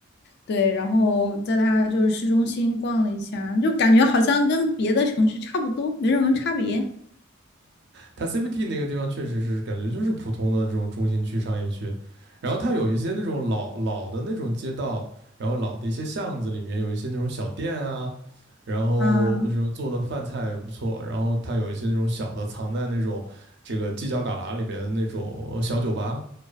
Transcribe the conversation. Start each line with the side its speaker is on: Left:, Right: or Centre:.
Left: 对，然后在他就是市中心逛了一下，就感觉好像跟别的城市差不多，没什么差别
Right: 它 CBD 那个地方确实是感觉就是普通的这种中心区商业区，然后它有一些那种老老的那种街道，然后老的一些巷子里面有一些那种小店啊，然后就做的饭菜也不错，
Left: 啊。
Right: 然后它有一些那种小的藏在那种这个犄角旮旯里边的那种小酒吧，